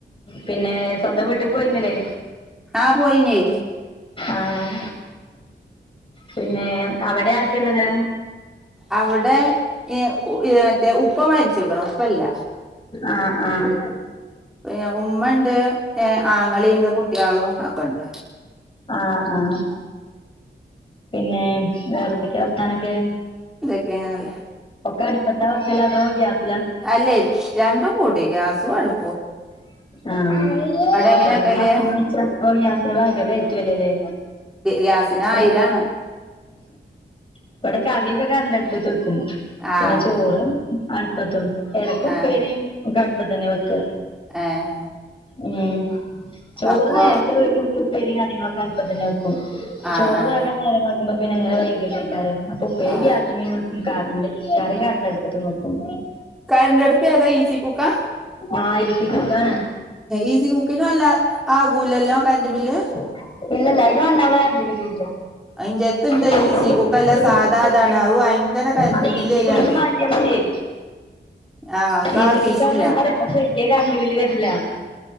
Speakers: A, on the left (about 30°); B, in the centre.
A: പിന്നെ സ്വന്തം വീട്ട്ക്ക് പോയിന്നില്ലേ
B: ആ പോയിനേ
A: ആഹ് പിന്നെ അവിടെ ആരൊക്കെയാള്ളത്
B: അവിടെ ഏ ഏ മറ്റേ ഉപ്പമര് <unintelligible> ഉപ്പല്ല
A: ആഹ് ആഹ്
B: പിന്നെ ഉമ്മ ഉണ്ട് ഏ ആങ്ങളയുണ്ട് കുട്ടികളും ഒക്കെണ്ട്
A: ആഹ് ആഹ് പിന്നെ വേറെ എന്തൊക്കെയാ വർത്താനൊക്കെ
B: ല്ലേ <unintelligible>
A: ഒക്കെ അടുപ്പത്ത വെക്കല് അതോ ഗ്യാസിലോ
B: അല്ല രണ്ടും കൂടി ഗ്യാസും അടു
A: ആഹ്
B: എങ്ങനെ
A: ഒരു
B: വെക്കല്
A: ഗ്യാസ് <unintelligible> ഗ്യാസിന് പയങ്കര റേറ്റ് വരല്ലേ
B: ഗ്യാസിന് ആയിരാണ്
A: വട ഇവിടെ കറിയൊക്കെ കറണ്ട് അടുപ്പത്ത് വെക്കും
B: ആഹ്
A: പിന്നെ ചോറും അടുപ്പത്തും എടക്ക് ഉപ്പേരിയും
B: ആഹ്
A: ഒക്കെ അടുപ്പത്ത് തന്നെ വെക്ക
B: ആഹ്
A: ഉം ചോറ്
B: അപ്പൊ
A: നേരത്തെ വേവിക്കാണങ്കിൽ ഉപ്പേരിയും കാര്യങ്ങളൊക്കെ അടുപ്പത്ത് തന്നെ വെക്കും
B: ആഹ്
A: ചോറ്
B: ആഹ്
A: വേകം നേരം വെളുക്കുമ്പോ പിന്നെ ഇങ്ങനെ വൈകി അല്ലെ വെക്കാറ് അപ്പൊ ഉപ്പേരി
B: ആഹ്
A: ഗ്യാസിമേൽ വെക്കും കറണ്ട് കറി കറണ്ട് അടുപ്പത്തും വെക്കും
B: കറണ്ട് അടുപ്പേതാ ഈസി കുക്ക
A: ആഹ് ഈ സി കുക്കാണ്
B: ഈസി കുക്കിന് നല്ല ആകൂലല്ലോ കറണ്ട് ബില്ല്
A: ആ ഇല്ല ഇല്ല അതിന് വലിയ
B: ഇന്റെടുത്തുണ്ട്
A: കറണ്ട്
B: ഈ സീ കുക്കല്ല സാധാ
A: ബില്ല്
B: അതാണ് അത് ഭയങ്കര
A: ഇല്ല
B: ക
A: അത് ഈസി
B: ബില്ല്
A: കുക്കെന്ന്
B: വരാണ്
A: ആകിയ മതിയേ
B: ആഹ് അത്
A: ഈസി
B: ആക്കിട്ടില്ല
A: കുക്ക് <unintelligible> വലിയ കറണ്ട് ബില്ല് വരില്ല